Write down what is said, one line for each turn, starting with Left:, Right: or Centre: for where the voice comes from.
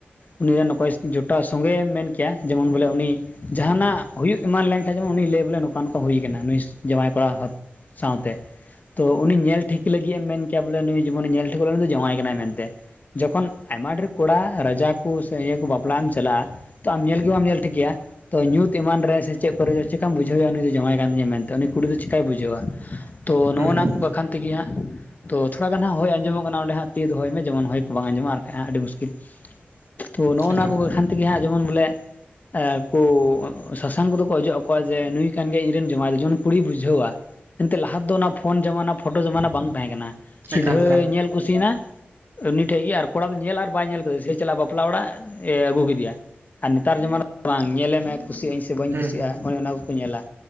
Left: ᱩᱱᱤ ᱨᱮᱱ ᱚᱠᱚᱭ ᱡᱚᱴᱟᱣ ᱥᱚᱸᱜᱮ ᱮᱢ ᱢᱮᱱ ᱠᱮᱭᱟ, ᱡᱮᱢᱚᱱ ᱵᱚᱞᱮ ᱩᱱᱤ ᱡᱟᱦᱟᱱᱟᱜ ᱦᱩᱭᱩᱜ ᱮᱢᱟᱱ ᱞᱟᱭᱮᱠ ᱪᱮᱫᱟᱜ ᱡᱮᱢᱚᱱ ᱱᱩᱭ ᱞᱟᱹᱭ ᱯᱟᱞᱮ ᱱᱚᱝᱠᱟ ᱱᱚᱝᱠᱟ ᱦᱩᱭ ᱟᱠᱟᱱᱟ ᱱᱩᱭ ᱡᱟᱶᱟᱭ ᱠᱚᱲᱟ ᱦᱟᱹᱛ ᱥᱟᱶᱛᱮ᱾ ᱛᱚ ᱩᱱᱤ ᱧᱮᱞ ᱴᱷᱤᱠ ᱞᱟᱹᱜᱤᱫ ᱮᱢ ᱢᱮᱱ ᱠᱮᱭᱟ᱾ ᱠᱮᱭᱟ ᱵᱚᱞᱮ ᱱᱩᱭ ᱡᱮᱢᱚᱱ ᱮ ᱧᱮᱞ ᱴᱷᱤᱠᱚᱜ ᱠᱟᱱᱟᱭ ᱩᱱᱤ ᱫᱚ ᱡᱟᱶᱟᱭ ᱠᱟᱱᱟᱭ ᱢᱮᱱᱛᱮ᱾ ᱡᱚᱠᱷᱚᱱ ᱟᱭᱢᱟ ᱰᱷᱮᱨ ᱠᱚᱲᱟ ᱨᱟᱡᱟ ᱥᱮ ᱱᱤᱭᱟᱹ ᱠᱚ ᱵᱟᱯᱞᱟᱜ ᱮᱢ ᱪᱟᱞᱟᱜᱼᱟ ᱛᱚ ᱟᱢ ᱧᱮᱞ ᱜᱮ ᱵᱟᱢ ᱧᱮᱞ ᱴᱷᱤᱠᱮᱭᱟ᱾ ᱛᱚ ᱧᱩᱛ ᱮᱢᱟᱱ ᱨᱮ ᱥᱮ ᱪᱮᱫ ᱠᱚᱨᱮ ᱪᱮᱠᱟᱢ ᱵᱩᱡᱷᱟᱹᱣᱮᱭᱟ ᱩᱱᱤ ᱫᱚ ᱡᱟᱶᱟᱭ ᱠᱟᱱ ᱛᱤᱧᱟ ᱢᱮᱱᱛᱮ᱾ ᱩᱱᱤ ᱠᱩᱲᱤ ᱫᱚ ᱪᱤᱠᱟᱹᱭ ᱵᱩᱡᱷᱟᱹᱣᱟ᱾ ᱛᱚ
Right: ᱦᱩᱸ
Left: ᱱᱚᱜᱼᱚᱱᱟ ᱠᱚ ᱠᱟᱠᱷᱟᱱ ᱛᱮᱜᱮ ᱦᱟᱸᱜ ᱛᱚ ᱛᱷᱳᱲᱟ ᱜᱟᱱ ᱦᱟᱸᱜ ᱦᱚᱭ ᱟᱸᱡᱚᱢᱚᱜ ᱠᱟᱱᱟ ᱚᱸᱰᱮ ᱦᱟᱸᱜ ᱛᱤ ᱫᱚᱦᱚᱭ ᱢᱮ ᱡᱮᱢᱚᱱ ᱦᱚᱭ ᱠᱚ ᱵᱟᱝ ᱟᱸᱡᱚᱢᱚᱜᱼᱟ ᱟᱨ ᱠᱷᱟᱡ ᱦᱟᱸᱜ ᱟᱹᱰᱤ ᱢᱩᱥᱠᱤᱞ᱾ ᱛᱚ ᱱᱚᱜᱼᱚ
Right: ᱮᱠᱟᱞ
Left: ᱱᱚᱣᱟ ᱠᱚᱜᱮ ᱠᱷᱟᱱ ᱛᱮᱜᱮ ᱦᱟᱸᱜ ᱡᱮᱢᱚᱱ ᱵᱚᱞᱮ ᱟᱹ ᱠᱩ ᱥᱟᱥᱟᱝ ᱠᱚᱫᱚ ᱠᱚ ᱚᱡᱚᱜ ᱟᱠᱚ ᱠᱚᱣᱟ ᱡᱮ ᱱᱩᱭ ᱠᱟᱱ ᱜᱮᱭᱟᱭ ᱤᱧᱨᱮᱱ ᱡᱟᱶᱟᱭ ᱫᱚ, ᱡᱮᱢᱚᱱ ᱠᱩᱲᱤᱭ ᱵᱩᱡᱷᱟᱹᱣᱟ ᱾ ᱮᱱᱛᱮ ᱞᱟᱦᱟ ᱫᱚ ᱚᱱᱟ ᱯᱷᱚᱱ ᱡᱟᱢᱟᱱᱟ ᱯᱷᱚᱴᱚ ᱡᱟᱢᱟᱱᱟ ᱵᱟᱝ ᱛᱟᱦᱮᱸ ᱠᱟᱱᱟ᱾ ᱥᱤᱫᱷᱟᱹᱭ
Right: ᱮᱠᱟᱞ ᱮᱠᱟᱞ
Left: ᱧᱮᱞ ᱠᱩᱥᱤᱭᱮᱱᱟ ᱩᱱᱤ ᱴᱷᱮᱡ ᱜᱤ ᱟᱨ ᱠᱚᱲᱟ ᱫᱚ ᱧᱮᱞ ᱟᱨ ᱵᱟᱭ ᱧᱮᱞ ᱠᱮᱫᱮ ᱥᱮ ᱪᱟᱞᱟᱜ ᱵᱟᱯᱞᱟ ᱚᱲᱟᱜ, ᱮ ᱟᱹᱜᱩ ᱠᱮᱫᱮᱭᱟ᱾ ᱟᱨ ᱱᱮᱛᱟᱨ ᱡᱟᱢᱟᱱᱟ <inaudible> ᱫᱚ ᱵᱟᱝ, ᱧᱮᱞᱮ ᱢᱮ ᱠᱩᱥᱤ ᱟᱹᱧ ᱥᱮ ᱵᱟᱹᱧ
Right: ᱦᱩᱸ
Left: ᱠᱩᱥᱤᱭᱟᱜᱼᱟ᱾
Right: ᱦᱩᱸ
Left: ᱚᱱᱮ ᱚᱱᱟ ᱠᱚᱠᱚ ᱧᱮᱞᱟ